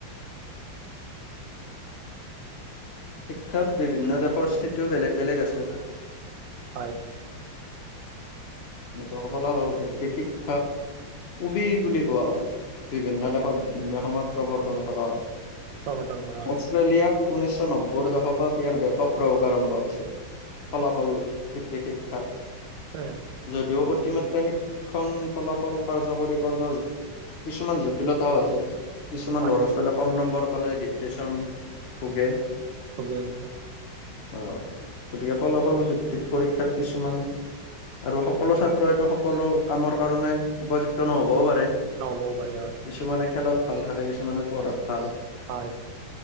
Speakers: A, on the left; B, on the right.
A: শিক্ষাত বিভিন্ন দেশৰ স্থিতিও বেলেগ বেলেগ আছে।
B: হয়।
A: এনেকুৱা ফলাফল ভিতিক শিক্ষাক কবি বুলি কোৱা হয়। বিভিন্ন দেশত ভিন্ন সময়ত প্ৰৱৰ্তন কৰা হয়
B: প্ৰৱৰ্তন কৰা হয়
A: অষ্ট্ৰেলিয়াত ঊনৈশ নব্বৈ দশকত ইয়াৰ ব্যাপক প্ৰয়োগ আৰম্ভ হৈছিল ফলাফল যে শিক্ষাৰ।
B: হয়।
A: যদিও অতিমাত্ৰা শিক্ষণ ফলাফল কাৰ্যকৰীকৰণৰ কিছুমান জটিলতাও আছে। কিছুমান
B: হয়
A: ল'ৰা ছোৱালীয়ে কম নম্বৰ পালে ডিপ্ৰেচন ভোগে।
B: ভোগে হয়।
A: অ', গতিকে ফলাফল ভিত্তিত পৰীক্ষাত কিছুমান আৰু সকলো ছাত্ৰ এইটো সকলো কামৰ কাৰণে উপযুক্ত নহ'বও পাৰে।
B: নহ'বও পাৰে হয়।
A: কিছুমানে খেলত ভাল থাকে, কিছুমানে পঢ়াত ভাল।
B: হয়।